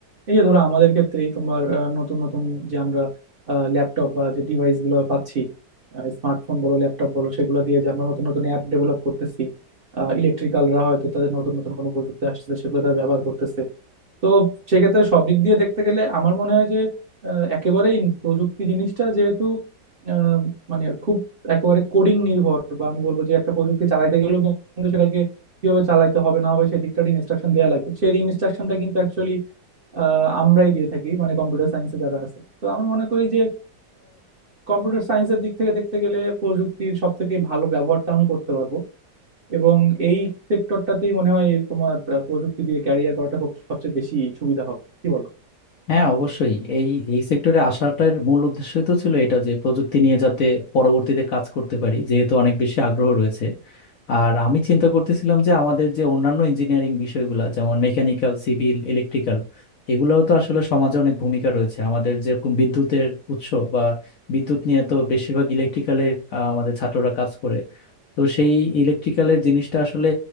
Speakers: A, on the right; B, on the left.
A: এই যে ধরো আমাদের ক্ষেত্রেই তোমার আহ, নতুন নতুন যে আমরা ল্যাপটপ বা যে ডিভাইস গুলো পাচ্ছি স্মার্টফোন বলো ল্যাপটপ বলো সেগুলো দিয়ে যে আমরা নতুন নতুন অ্যাপ ডেভেলপ করতেছি ইলেকট্রিক্যালরা হয়তো তাদের নতুন নতুন কোনো প্রযুক্তি আসতেছে সেগুলো তারা ব্যবহার করতেছে তো সেক্ষেত্রে সব দিক দিয়ে দেখতে গেলে আমার মনে হয় যে আহ, একেবারেই প্রযুক্তি জিনিসটা যেহেতু আহ, মানে খুব একেবারে কোডিং নির্ভর বা আমি বলবো যে একটা প্রযুক্তি চালাইতে গেলেও কিন্তু সেটাকে কিভাবে চালাইতে হবে না হবে সেই দিকটার ইনস্ট্রাকশন দেওয়া লাগে সেই ইনস্ট্রাকশনটা কিন্তু অ্যাকচুয়ালি আমরাই দিয়ে থাকি মানে কম্পিউটার সায়েন্সে যারা আছে তো আমি মনে করি যে কম্পিউটার সায়েন্সের দিক থেকে দেখতে গেলে প্রযুক্তির সব থেকে ভালো ব্যবহারটা আমি করতে পারবো এবং এই সেক্টরটাতেই মনে হয় তোমার আহ, প্রযুক্তি দিয়ে ক্যারিয়ার করাটা খুব সবচেয়ে বেশি সুবিধা হবে কি বলো
B: হ্যাঁ অবশ্যই এই এই সেক্টরে আসাটার মূল উদ্দেশ্যই তো ছিল এটা যে প্রযুক্তি নিয়ে যাতে পরবর্তীতে কাজ করতে পারি যেহেতু অনেক বেশি আগ্রহ রয়েছে আর আমি চিন্তা করতেছিলাম যে আমাদের যে অন্যান্য ইঞ্জিনিয়ারিং বিষয়গুলো যেমন মেকানিক্যাল সিভিল ইলেকট্রিক্যাল এগুলোও তো আসলে সমাজে অনেক ভূমিকা রয়েছে আমাদের যেরকম বিদ্যুতের উৎস বা বিদ্যুৎ নিয়ে তো বেশিরভাগ ইলেকট্রিক্যালের আমাদের ছাত্ররা কাজ করে তো সেই ইলেকট্রিক্যালের জিনিসটা আসলে